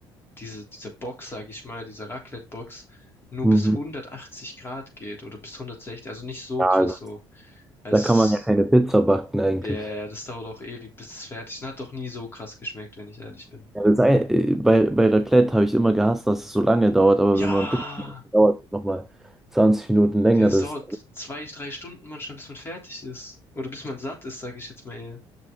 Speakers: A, on the left; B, in the centre.
A: diese, diese Box, sage ich mal, diese Raclette-Box, nur
B: Mhm.
A: bis 180 Grad geht oder bis 160, also nicht so
B: Ja,
A: krass
B: also,
A: so. Also
B: da
A: es
B: kann
A: ist,
B: man ja keine Pizza backen eigentlich.
A: ja, ja, ja, das dauert auch ewig, bis es fertig ist. Und Hat doch nie so krass geschmeckt, wenn ich ehrlich bin.
B: Ja, das ei- äh, bei, bei Raclette habe ich immer gehasst, dass es so lange dauert, aber
A: Ja,
B: wenn man Pizza macht, dauert es nochmal 20 Minuten länger.
A: nee, das
B: Das,
A: dauert zwei, drei Stunden manchmal, bis man fertig ist. Oder bis man satt ist, sage ich jetzt mal. eher.